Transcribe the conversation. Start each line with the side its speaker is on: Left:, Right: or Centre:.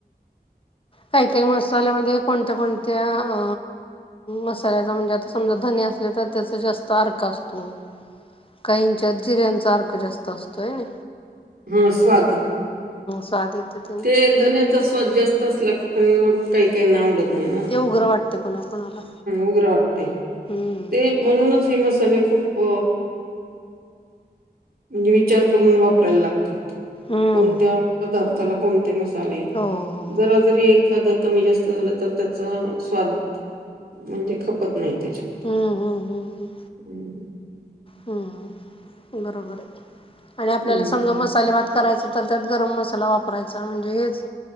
Left: काय काय मसाल्यामध्ये कोणत्या कोणत्या अ मसाल्याचा म्हणजे आता समजा धने असले तर त्याचा जास्त अर्क असतो. काहींच्यात जिऱ्यांचा अर्क जास्त असतोय.
Right: हम स्वाद.
Left: स्वाद येतो त्याने
Right: ते धनचा स्वाद जास्त असला की पण मग काही काही ना आवडत हे ना
Left: ते उग्र वाटतं कोणाकोणाला
Right: उग्र वाटते
Left: हम्म
Right: ते म्हणूनच फेम तरी खूप म्हणजे विचार करून वापरायला लागत. कोणत्या
Left: हम्म
Right: पदार्थाला कोणते मसाले
Left: हो हो हो
Right: जरा जरी एखाद कमी जास्त झालं तर त्याचा स्वाद म्हणजे खपत नाय त्याच्यात
Left: हम्म हम्म
Right: हम्म!
Left: हम्म बरोबर आहे आणि आपल्याला
Right: हं.
Left: समजा मसाले भात करायच तर त्यात गरम मसाला वापरायचा म्हणजे हेच